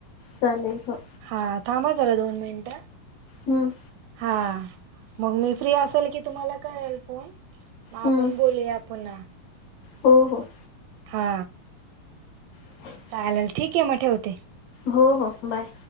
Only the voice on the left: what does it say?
चालेल हो.
हम्.
हम्म
हो, हो.
<inaudible>
हो हो बाय.